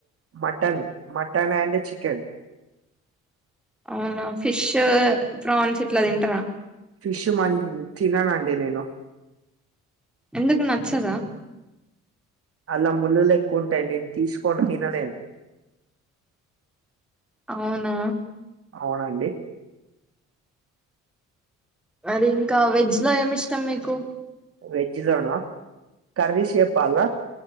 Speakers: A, on the right (about 50°); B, in the centre.
A: mutton, mutton, and chicken
B: అవునా ఫిష్, ఫ్రాన్స్, ఇట్లా తింటారా?
A: ఫిష్ మన్ తిననండి నేను
B: ఎందుకు నచ్చదా?
A: అలా ముళ్ళులు ఎక్కువ ఉంటాయండి నేను తీసుకోని తినలేన్
B: అవునా?
A: అవునండి.
B: మరి ఇంకా వెజ్ లో ఏమి ఇష్టం మీకు?
A: వెజ్ లోనా కర్రీ షెపాల్ల